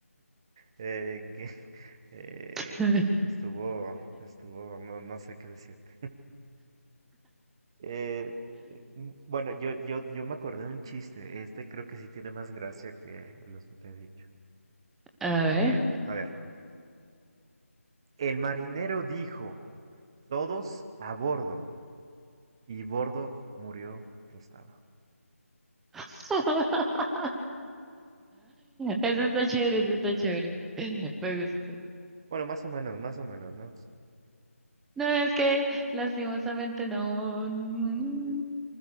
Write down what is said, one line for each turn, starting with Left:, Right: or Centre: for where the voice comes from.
Right: eh, que- <laughs> eh,
Centre: <laughs>
Right: estuvo, estuvo, no, no sé qué decirte. Eh, eh, mm, bueno, yo, yo, yo me acordé de un chiste. Este creo que sí tiene más gracia que los que te he dicho.
Centre: A ver.
Right: Eh, a ver, el marinero dijo, todos a bordo, y bordo murió aplastado.
Centre: <laughs> Eso está chévere, eso está chévere. Me gustó.
Right: Bueno, más o menos, más o menos, ¿no?
Centre: No, es que lastimosamente no. mm,